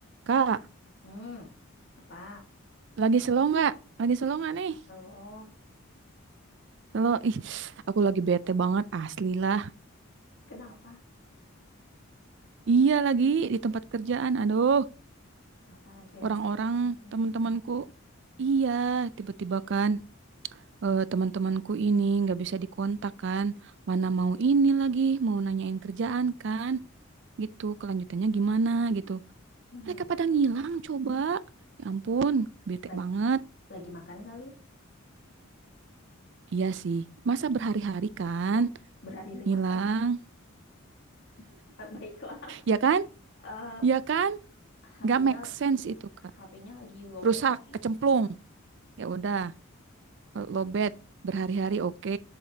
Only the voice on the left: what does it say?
Hmm, apa?
Halo,
kenapa?
Kenapa lagi ada
masalah kerjaan lagi?
Mhm.
Lagi,
lagi makan kali?
Hah? Berhari-hari
makan? <laughs> Ah, Baiklah.
Eh,
HP-nya
HP-nya lagi lowbat
kali?